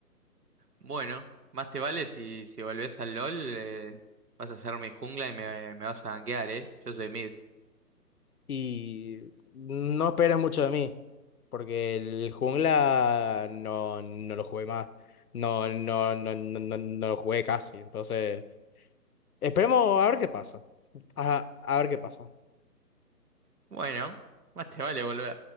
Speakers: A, on the right; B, on the left.
A: Bueno, más te vale si, si volvés al LOL, eh, vas a hacer mi jungla y me, me vas a banquear, ¿eh? Yo soy mid.
B: Y no esperes mucho de mí, porque el jungla no, no lo jugué más, no, no, no, no, no, no lo jugué casi, entonces esperemos a ver qué pasa, a, a ver qué pasa.
A: Bueno, más te vale volver.